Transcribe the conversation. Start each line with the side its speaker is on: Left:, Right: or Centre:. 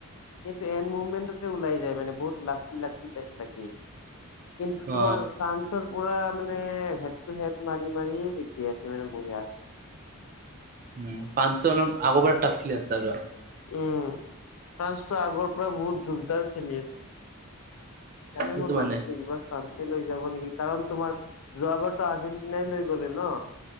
Left: কিন্তু এন্ড মুভমেণ্টতে ওলাই যায় মানে বহুত লাকি লাকি টাইপ লাগে। কিন্তু
Right: অ
Left: তোমাৰ ফ্ৰান্স <unintelligible> পুৰা মানে হেড টু হেড মাৰি মাৰি জিকি আছে মানে বঢ়িয়া
Right: উম, ফান্সটো অলপ আগৰ পৰা টাফ খেলি আছে আৰু।
Left: উম, ফ্ৰান্সটো আগৰ পৰা বহুত জোৰদাৰ খেলি আছ জানে
Right: সেইটো
Left: মৰ লাগিছে
Right: মানে
Left: এইবাৰ ফান চে লৈ যাব নেকি কাৰণ তোমাৰ যোৱাবাৰটো আৰ্জেন্টিনাই লৈ গলে ন'।